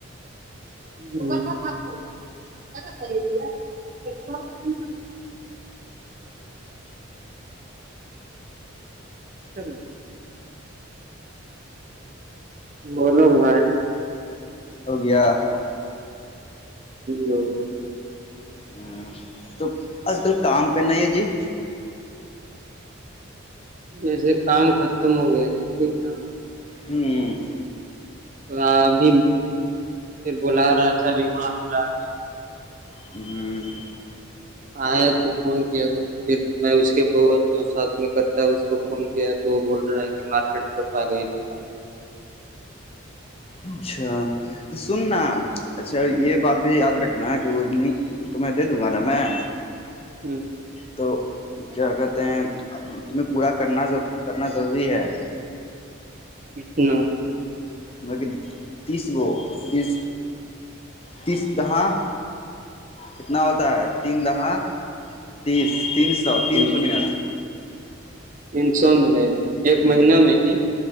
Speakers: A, on the right; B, on the left.
A: ا س تو بولو بھائی
B: ہو گیا
A: ہوں
B: ہ تو آج کل کام پہ نہیں ہے جی
A: جیسے کام ختم ہو گیا تھا ٹھیک نا
B: ہوں
A: اں ابھی پھر بلا رہا تھا ابھی معلوم آ گیا
B: ہوں
A: آ تو فون کیا تو پھر میں اس کے بت جو ساتھ میں کرتا ہے اس کو فون کیا تو وہ بول رہا ہے کہ مارکیٹ طرف آ گئے نہیں جی
B: اچھا سننا اچھا
A: ہ
B: یہ بات بھی یاد رکھنا کہ وہ لنک تمہیں دے دوں گا نا میں
A: ہوں
B: تو کیا کہتے ہیں اب تمہیں پورا کرنار کرنا ضروری ہے
A: اچھنا
B: بق تیس گو تیس تیس دہاں کتنا ہوتا ہے تین دہا تیس تین سو تین
A: ہ
B: سو منٹ
A: تین سو منٹ ایک
B: ہ
A: مہینہ میں کہ